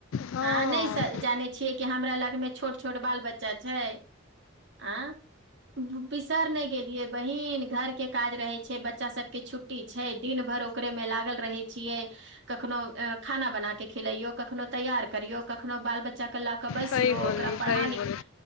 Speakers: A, on the left; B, on the right.
A: हँ
B: आ न। जानै छियै कि हमरा लगमे छोट छोट बाल बच्चा छै आ। बिसर नहि गेलियै बहिन घर के काज रहे छै बच्चा सबके छुट। टी छै दिन भर ओकरे में लागल रहै। छीयय कखनो खाना बना क खिलयोय कखनो तैयार करियो कखनो बाल बच्चा। क ल केऽ बैसियो
A: सही बोलली
B: ओकरा पढ़ा
A: सही
B: लिख
A: बोलली